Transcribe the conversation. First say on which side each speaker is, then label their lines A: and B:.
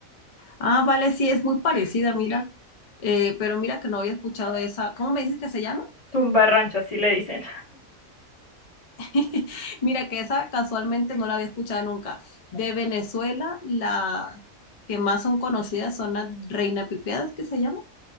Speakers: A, on the left; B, on the left.
A: Ah, vale, sí, es muy parecida, mira. Eh, pero mira que no había escuchado de esa. ¿Cómo me dices que se llama?
B: Tumba rancho, así le dicen.
A: <laughs> Mira que esa casualmente no la había escuchado nunca. De Venezuela, las que más son conocidas son las Reina Pipiadas, que se llama.